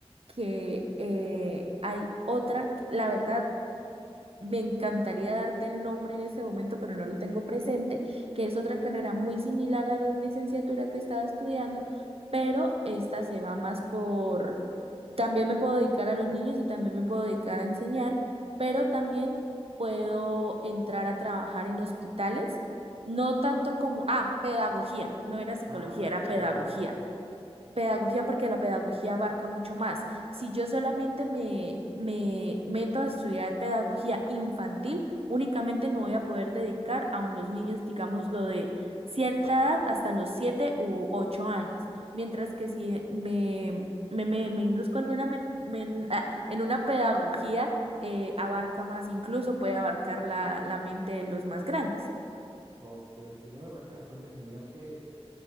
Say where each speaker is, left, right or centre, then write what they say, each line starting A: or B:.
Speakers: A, on the right; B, on the right.
A: que eh, hay otra, la verdad, me encantaría darte el nombre en ese momento, pero no lo tengo presente, que es otra carrera muy similar a la licenciatura que estaba estudiando, pero esta se va más por, también me puedo dedicar a los niños y también me puedo dedicar a enseñar, pero también puedo entrar a trabajar en hospitales, no tanto como, ah, pedagogía, no era psicología,
B: Ah,
A: era pedagogía.
B: pedagogo.
A: Pedagogía porque la pedagogía abarca mucho más. Si yo solamente me, me meto a estudiar pedagogía infantil, únicamente me voy a poder dedicar a unos niños, digamos, lo de cierta edad hasta los 7 u 8 años. Mientras que si me, me, me, me induzco en una, me- me- en ah, en una pedagogía, eh, abarca más, incluso puede abarcar la, la mente de los más grandes.
B: Ok, ok. No, me parece bastante genial que